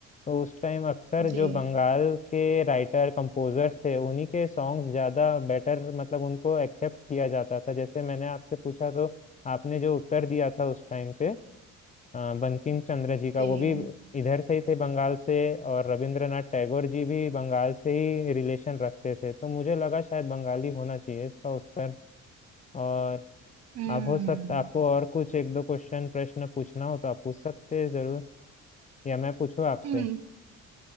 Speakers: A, on the left; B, on the right.
A: तो उस टाइम अक्सर
B: जी
A: जो बंगाल के राइटर कंपोजर्स थे उन्हीं के सॉन्ग्स ज़्यादा बेटर मतलब उनको एक्सेप्ट किया जाता था जैसे मैंने आपसे पूछा तो आपने जो उत्तर दिया था उस टाइम पे अ, बंकिम चंद्र जी का
B: जी
A: वो भी इधर से ही थे बंगाल से और रविंद्रनाथ टैगोर जी भी बंगाल से ही रिलेशन रखते थे तो मुझे लगा शायद बंगाली होना चाहिए इसका उत्तर और
B: हम्म
A: आप हो सकता आपको और कुछ एक दो क्वेश्चन प्रश्न पूछना हो तो आप पूछ सकते हैं ज़रूर या मैं पूछूँ आपसे
B: हम्म